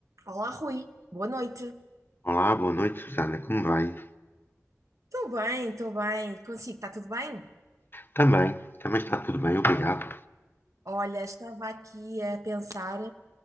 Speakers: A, on the right; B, on the left.
A: Olá, Rui. Boa noite.
B: Olá, boa noite, Susana. Como vai?
A: Estou bem, estou bem. Consigo, está tudo bem?
B: Também, também está tudo bem, obrigado.
A: Olha, estava aqui a pensar,